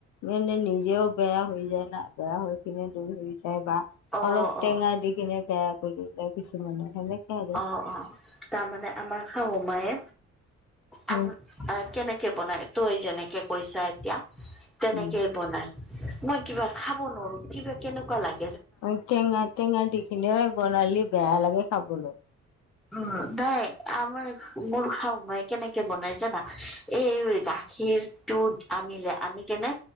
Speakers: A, on the left (about 80°); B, in the centre.
A: এনে নিজেও বেয়া হৈ যায় না, বেয়া হৈ কিনে দৈ হয় যায় বা
B: অ
A: অলপ টেঙা
B: অ
A: দি কিনে বেয়া কৰো, তাৰপিছত বনাও সেনেকে। আৰু।
B: অ, অ তাৰমানে আমাৰ শাহু মায়ে
A: উম,
B: আম আ কেনেকে বনায়? তই যেনেকে কৈছা এতিয়া তেনেকেই
A: উম,
B: বনায়। মই কিবা খাব নৰো। কিবা কেনেকুৱা লাগ
A: অ টেঙা টেঙা দি কিনে বনালি বেয়া লাগে খাবলৈ।
B: উ নাই আমাৰ মোৰ শাহু মাই কেনেকে বনাই জানা? এ এ গাখীৰ টো আনিলে। আনি কেনে